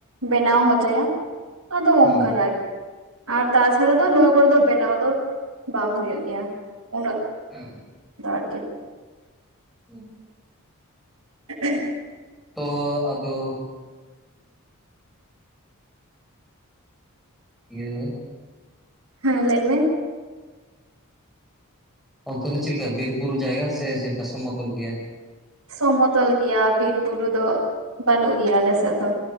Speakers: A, on the right; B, in the centre.
A: ᱵᱮᱱᱟᱣ ᱦᱚᱪᱚᱭᱟ ᱟᱫᱚ
B: ᱦᱮᱸ
A: ᱚᱝᱠᱟ ᱨᱟᱭ ᱟᱨ ᱛᱟᱪᱷᱟᱲᱟ ᱫᱚ ᱱᱚᱣᱟ ᱠᱚᱨᱮ ᱫᱚ ᱵᱮᱱᱟᱣ ᱫᱚ ᱵᱟᱝ ᱦᱩᱭᱩᱜ ᱜᱮᱭᱟ ᱩᱱᱟᱹᱜ
B: ᱦᱩᱸ ᱦᱩᱸ
A: ᱫᱚ ᱟᱨᱠᱤ
B: ᱦᱩᱸ
A: ᱦᱮ
B: ᱛᱚ ᱟᱫᱚ ᱤᱭᱟᱹ
A: ᱦᱮᱸ ᱞᱟᱹᱭ ᱢᱮ
B: ᱚᱱᱛᱚᱛ ᱪᱮᱫ ᱞᱮᱠᱟ ᱵᱤᱨ ᱵᱩᱨᱩ ᱡᱟᱭᱜᱟ ᱥᱮ ᱪᱮᱫ ᱞᱮᱠᱟ ᱥᱚᱢᱚᱛᱚᱞ ᱜᱮᱭᱟ?
A: ᱥᱚᱢᱚᱛᱚᱞ ᱜᱮᱭᱟ ᱵᱤᱨ ᱵᱩᱨᱩ ᱫᱚ ᱵᱟᱹᱱᱩᱜ ᱜᱮᱭᱟ ᱟᱞᱮᱥᱮᱫ ᱫᱚ᱾